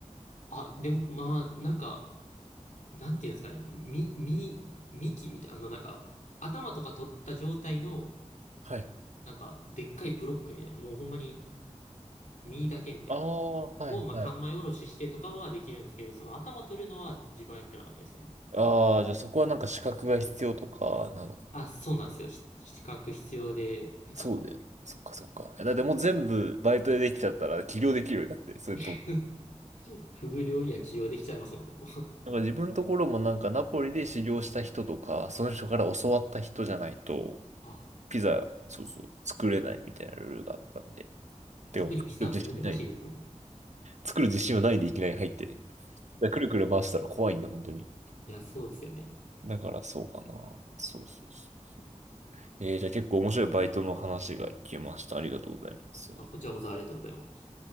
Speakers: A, on the left; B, on the right.
A: あ、でも、まあ、なんか、なんていうんですかね、み、み、幹みたいな、あの、なんか、頭とか取った状態の、
B: はい。
A: なんか、でっかいブロックみたいな、もうほんまに、実だけみたいな、
B: ああ、はい、
A: を、
B: はい。
A: まあ、三枚おろししてとかはできるんですけど、その頭取るのは自分はやってなかったですね。
B: ああ、じゃあそこはなんか資格が必要とかなのか。
A: あ、そうなんですよ。ひ資格必要で、って感じで。
B: そうだよね。そっかそっか。えだってもう全部バイトでできちゃったら起業できるよ。だって、それとも。
A: <laughs> フグ料理は起用できちゃいますもんね、もう。<laughs>
B: なんか自分のところもなんかナポリで修行した人とか、その人から教わった人じゃないと、
A: あ、
B: ピザ、そうそう、作れないみたいなルールがあったんで。
A: いや特にピザ難しいですもん。
B: でも作る自信ない。作る自信はないでいきなり入ってね。でくるくる回したら怖いんで、本当に。
A: いや、そうですよね。
B: だからそうかな。そうそうそう。えー、じゃあ結構面白いバイトの話が聞けました。ありがとうございます。
A: あ、こちらこそありがとうございます。